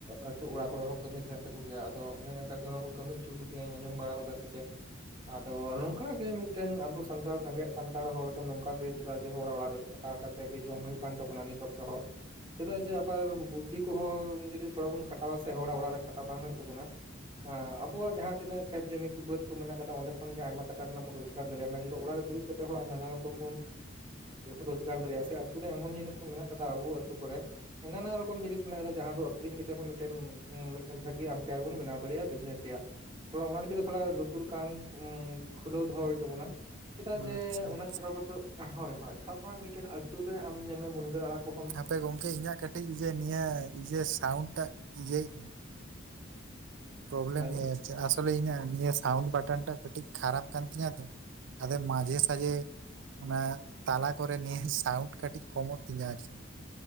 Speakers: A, on the right; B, on the right.
A: ᱟᱹᱛᱩᱳ ᱚᱲᱟᱜ ᱠᱚᱨᱮ ᱦᱚᱸ ᱠᱟᱹᱢᱤ ᱛᱟᱦᱮᱱ ᱛᱟᱠᱚ ᱜᱮᱭᱟ ᱟᱫᱚ ᱚᱱᱮ ᱱᱚᱝᱠᱟ ᱜᱮ ᱦᱟᱜ ᱠᱚ ᱠᱟᱹᱢᱤ ᱦᱚᱪᱚ ᱠᱚᱜᱮᱭᱟ ᱟᱸᱡᱚᱢ ᱵᱟᱲᱟ ᱠᱟᱫᱟ ᱥᱮ ᱪᱮᱫ? ᱟᱫᱚ ᱱᱚᱝᱠᱟ ᱜᱮ ᱢᱤᱫᱴᱮᱱ ᱟᱵᱚ ᱥᱟᱱᱛᱟᱲ ᱨᱮᱸᱜᱮᱡ ᱥᱟᱱᱛᱟᱲ ᱦᱚᱲ ᱫᱚ ᱱᱚᱝᱠᱟ ᱜᱮ ᱪᱮᱫᱟᱜ ᱡᱮ ᱦᱚᱲᱟᱜ ᱚᱲᱟᱜ ᱨᱮ ᱠᱷᱟᱴᱟᱣ ᱠᱟᱛᱮᱜ ᱜᱮ ᱡᱚᱢ ᱦᱩᱭᱩᱜ ᱠᱟᱱ ᱛᱟᱵᱚᱱᱟ ᱱᱤᱛ ᱚᱠᱛᱚ ᱦᱚᱸ᱾ ᱪᱮᱫᱟᱜ ᱡᱮ ᱟᱵᱟᱨ ᱵᱩᱫᱽᱫᱷᱤ ᱠᱚ ᱦᱚᱸ ᱡᱩᱫᱤ ᱛᱷᱚᱲᱟ ᱵᱚᱱ ᱠᱷᱟᱴᱟᱣᱟ ᱥᱮ ᱦᱚᱲᱟᱜ ᱚᱲᱟᱜ ᱨᱮ ᱠᱷᱴᱟᱣ ᱵᱟᱝ ᱦᱩᱭᱩᱜ ᱛᱟᱵᱚᱱᱟ᱾ ᱟᱵᱚᱣᱟᱜ ᱡᱟᱦᱟᱸ ᱛᱤᱱᱟᱹᱜ ᱠᱷᱮᱛ ᱡᱚᱢᱤ ᱠᱚ ᱵᱟᱹᱫᱽ ᱠᱚ ᱢᱮᱱᱟᱜ ᱠᱟᱫᱟ ᱚᱸᱰᱮ ᱠᱷᱚᱱ ᱜᱮ ᱟᱭᱢᱟ ᱴᱟᱠᱟ ᱨᱮᱱᱟᱜ ᱵᱚᱱ ᱨᱳᱡᱽᱜᱟᱨ ᱫᱟᱲᱮᱭᱟᱜᱼᱟ ᱢᱮᱱ ᱚᱲᱟᱜ ᱨᱮ ᱫᱩᱲᱩᱵ ᱠᱟᱛᱮᱜ ᱱᱟᱱᱟ ᱨᱚᱠᱚᱢ ᱵᱚᱱ ᱨᱳᱡᱽᱜᱟᱨ ᱫᱟᱲᱮᱭᱟᱜᱼᱟ ᱥᱮ ᱟᱛᱩ ᱨᱮ ᱮᱢᱚᱱ ᱡᱤᱱᱤᱥ ᱠᱚ ᱢᱮᱱᱟᱜ ᱠᱟᱫᱟ ᱟᱵᱚ ᱟᱛᱳ ᱠᱚ ᱨᱮ, ᱦᱟᱱᱟ ᱱᱟᱣᱟ ᱨᱚᱠᱚᱢ ᱡᱤᱱᱤᱥ ᱢᱮᱱᱟᱜ ᱠᱟᱫᱟ ᱡᱟᱦᱟᱸ ᱫᱚ ᱟᱹᱷᱨᱤᱧ ᱠᱟᱛᱮᱫ ᱦᱚᱸ ᱢᱤᱫᱴᱮᱱ ᱢᱤᱫᱴᱮᱱ ᱵᱷᱟᱹᱜᱤ ᱟᱢᱯᱮᱭᱟᱨ ᱵᱚᱱ ᱵᱮᱱᱟᱣ ᱫᱟᱲᱮᱭᱟᱜᱼᱟ ᱵᱤᱡᱽᱱᱮᱥ ᱨᱮᱭᱟᱜ᱾ ᱛᱷᱚᱲᱟ ᱚᱱᱟ ᱞᱟᱹᱜᱤᱫ ᱛᱮ ᱛᱷᱚᱲᱟ ᱞᱩᱛᱩᱨ ᱠᱟᱱ ᱠᱷᱩᱞᱟᱹᱣ ᱫᱚᱦᱚᱸ ᱦᱩᱭᱩᱜ ᱛᱟᱵᱚᱱᱟ᱾ ᱪᱮᱫᱟᱜ
B: ᱟᱪᱪᱷᱟ
A: ᱡᱮ ᱚᱱᱟ ᱪᱷᱟᱰᱟ ᱠᱚᱛᱮᱫ ᱦᱳᱭ ᱦᱳᱭ ᱥᱟᱵ ᱠᱟᱜ ᱢᱮ ᱢᱤᱫᱴᱮᱱ ᱟᱹᱛᱩ ᱨᱮ ᱟᱢ ᱧᱮᱞᱢᱮ ᱢᱩᱱᱜᱟᱹ ᱟᱲᱟᱜ ᱠᱚ
B: ᱦᱟᱯᱮ ᱜᱚᱝᱠᱮ ᱤᱧᱟᱹᱜ ᱠᱟᱹᱴᱤᱡ ᱤᱭᱟᱹ ᱱᱤᱭᱟᱹ ᱤᱭᱟᱹ ᱥᱟᱣᱩᱱᱰ ᱴᱟᱜ ᱤᱭᱟᱹᱭᱮᱫ ᱯᱨᱚᱵᱞᱮᱢ
A: ᱞᱟᱹᱭ ᱢᱮ
B: ᱟᱥᱚᱞᱮ ᱤᱧᱟᱹᱜ ᱱᱤᱭᱟᱹ ᱥᱟᱣᱩᱱᱰ ᱵᱟᱴᱚᱱ ᱴᱟᱜ ᱠᱟᱹᱴᱤᱡ ᱠᱷᱟᱨᱟᱯ ᱠᱟᱱ ᱛᱤᱧᱟᱹ ᱛᱚ᱾ ᱟᱫᱮ ᱢᱟᱡᱮ ᱥᱟᱡᱮ, ᱚᱱᱟ ᱛᱟᱞᱟ ᱠᱚᱨᱮ ᱱᱤᱭᱟᱹ ᱥᱟᱣᱩᱱᱰ ᱠᱟᱹᱴᱤᱡ ᱠᱚᱢᱚᱜ ᱛᱤᱧᱟ ᱟᱨᱠᱤ᱾